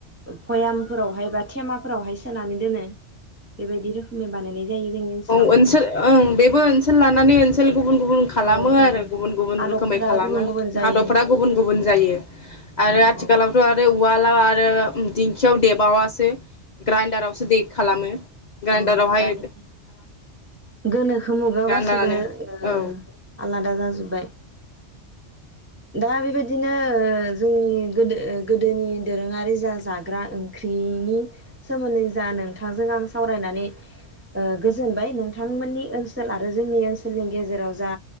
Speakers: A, on the right; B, on the left.
A: भयाम फोरावहाय बा थेमाफोरावहाय सोनानै दोनो बेबायदि रोखोमनि बानायनाय जायो जोंनि ओनसोलावहाय
B: औ ओनसोल ओं बेबो ओनसोल लानानै ओनसोल गुबुन गुबुन खालामो
A: औ
B: आरो
A: औ
B: गुबुन गुबुन
A: आदबफोरा
B: रोखोमै खालामो
A: गुबुन गुबुन जायो
B: हादरफ्रा गुबुन गुबुन जायो आरो
A: औ
B: आथिखालावथ'
A: औ
B: आरो उ उवालाव आरो दिंखियाव देबाबासो ग्राइन्दारावसो दैे खालामो गान्डारावहाय
A: औ दानि गोनोखो मुगायाव गासिबो
B: लानानै
A: ओ
B: औ
A: आलाद दा जाजोब्बाय दा बेबायदिनो ओ जोंनि गोदो ओ गोदोनि दोरोङारि जा जाग्रा ओंख्रिनि सोमोन्दै जा नोंथांजों आंजों सावरायनानै ओ गोजोनबाय नोंथांमोननि ओनसोल आरो जोंनि ओनसोलनि गेजेराव जा